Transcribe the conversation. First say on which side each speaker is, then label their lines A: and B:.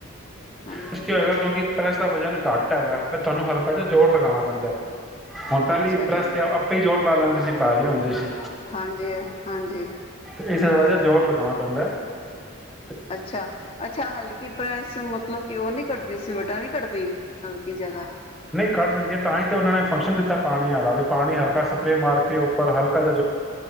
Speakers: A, on the left; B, in the centre.
A: ਹਾਂਜੀ
B: ਕੁ <unintelligible> ਕੀ ਹੋਏਗਾ ਕਿਉਂਕਿ ਪੈਸ ਦਾ ਵਜਨ ਘੱਟ ਹੈਗਾ ਫਿਰ ਤੁਹਾਨੂੰ ਹਲ ਜੋੋਰ ਲਗਾਉਣਾ ਪੈਂਦਾ ਐ ਹੁਣ ਪਹਿਲੀ
A: ਅੱਛਾ ਜੀ
B: ਪ੍ਰੈਸ ਤੇ ਆਪੇ ਹੀ ਜੋੋਰ ਲਾ ਲੈਂਦੇ ਸੀ ਭਾਰੀ ਹੁੰਦੇ ਸੀ
A: ਹਾਂਜੀ ਹਾਂਜੀ
B: ਇਹ <unintelligible> ਜੋਰ ਲਗਾਨਾ ਪੈਂਦਾ ਐ
A: ਅੱਛਾ ਅੱਛਾ ਹਲਕੀ ਪ੍ਰੈਸ ਕਿ ਉਹ ਨੀ ਕੱਢਦੀ ਸਿਮਟਾਂ ਨੀ ਕੱਢਦੀ ਹਲਕੀ ਜ਼ਿਆਦਾ
B: ਨਹੀਂ ਕੱਢ ਦਿੰਦੀਆਂ ਤਾਂ ਹੀ ਤੇ ਉਹਨਾਂ ਨੇ ਫੰਕਸ਼ਨ ਦਿੱਤਾ <inaudible> ਪਾਣੀ ਵਾਲਾ ਵੀ ਪਾਣੀ ਹਲਕਾ ਸਪਰੇ ਮਾਰ ਕੇ ਉੱਪਰ ਹਲਕਾ